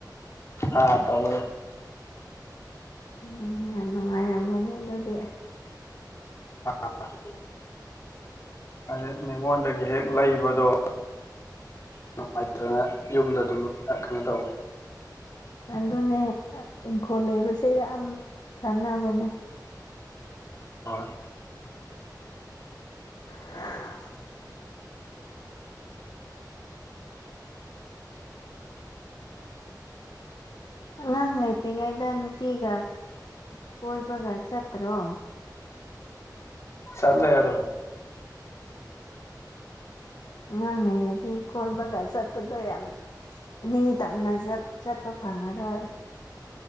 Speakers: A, on the left; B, on the left.
A: ꯑꯥ ꯇꯧꯋꯦ
B: ꯎꯝ ꯌꯥꯝ ꯅꯨꯡꯉꯥꯏꯔꯝꯒꯅꯤ ꯑꯗꯨꯗꯤ
A: ꯑ <unintelligible> ꯑꯗꯥ ꯃꯤꯉꯣꯟꯗꯒꯤ ꯍꯦꯛ ꯂꯩꯕꯗꯣ ꯅꯨꯡꯉꯥꯏꯇꯗꯅ ꯌꯨꯝꯗ ꯑꯗꯨꯝ ꯀꯩꯅꯣ ꯇꯧꯋꯤ
B: ꯑꯗꯨꯅꯦ ꯏꯪꯈꯣꯜ ꯂꯩꯕꯁꯦ ꯌꯥꯝ ꯀꯥꯟꯅꯕꯅꯦ
A: ꯍꯣꯏ
B: <unintelligible> ꯑꯉꯥꯡ ꯂꯩꯇ꯭ꯔꯤꯉꯩꯗ ꯅꯨꯄꯤꯒ ꯀꯣꯏꯕꯒ ꯆꯠꯇ꯭ꯔꯣ
A: ꯆꯠꯂ‌ꯦ ꯑꯗꯨꯝ
B: ꯑꯉꯥꯡ ꯂꯩꯔꯗꯤ ꯀꯣꯏꯕꯒ ꯆꯠꯄꯗꯣ ꯌꯥꯝ ꯅꯤꯡꯇꯝꯅ ꯆꯠ ꯆꯠꯄ ꯐꯪꯉꯔꯣꯏ